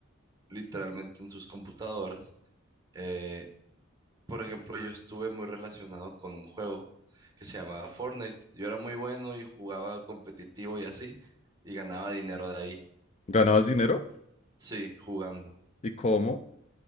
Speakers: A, on the right (about 20°); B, on the left (about 35°).
A: literalmente en sus computadoras. Eh, por ejemplo, yo estuve muy relacionado con un juego que se llamaba Fortnite. Yo era muy bueno y jugaba competitivo y así, y ganaba dinero de ahí.
B: ¿Ganabas dinero?
A: Sí, jugando.
B: ¿Y cómo?